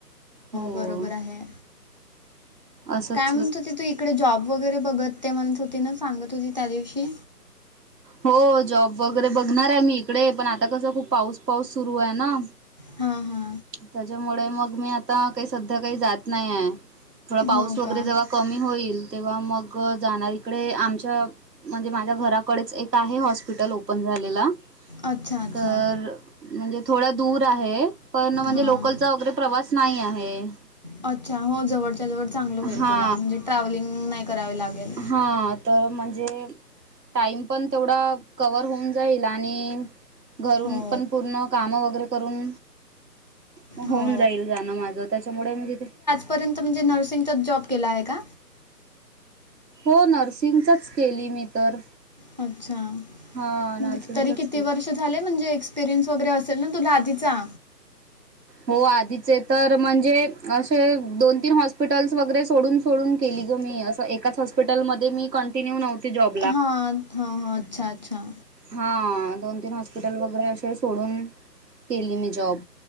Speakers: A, on the right; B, on the right.
A: हो.
B: बरोबर आहे
A: असत
B: काय म्हणत होती तू इकडे जॉब वगैरे बघत ते, म्हणत होती ना सांगत होती त्या दिवशी
A: हो जॉब वगैरे बघणार आहे मी इकडे पण आता कसं खूप पाऊस पाऊस सुरू आहे ना
B: हा हा
A: त्याच्यामुळे मग मी आता काही सध्या काही जात नाही आहे, थोडा पाऊस
B: हो
A: वगैरे
B: का
A: जेव्हा कमी होईल तेव्हा मग जाणार, इकडे आमच्या म्हणजे माझ्या घराकडेच एक आहे हॉस्पिटल ओपन झालेला,
B: अच्छा अच्छा
A: तर अ म्हणजे थोडा दूर आहे, पण म्हणजे
B: हां
A: लोकलचा वगैरे प्रवास नाही आहे.
B: अच्छा, हो जवडच्या जवड चांगलं होईल
A: हा
B: तुला म्हणजे ट्रॅव्हलिंग नाही करावे लागेल.
A: हां तर म्हणजे टाईम पण तेवढा कवर होऊन जाईल आणि घरून
B: हो
A: पण पूर्ण काम वगैरे करून होऊन
B: हो
A: जाईल झाल माझं त्याच्यामुळे मी तिथे
B: पर्यंत म्हणजे नर्सिंगचाच जॉब केला आहे का?
A: हो ना नर्सिंगचाच केली मी तर
B: अच्छा,
A: हा
B: म्हणजे
A: नर्सिंगचच
B: तरी किती
A: केली.
B: वर्ष? झाले म्हणजे एक्सपिरियन्स वगैरे असेल ना तुला आधीचा
A: हो आधीचे तर म्हणजे असे दोन तीन हॉस्पिटल्स वगैरे सोडून सोडून केली ग मी अस एकाच हॉस्पिटलमध्ये मी कट कंटिन्यू नव्हती जॉब
B: हां हां ह अच्छा अच्छा
A: हा दोन तीन हॉस्पिटल वगैरे असे सोडून केली मी जॉब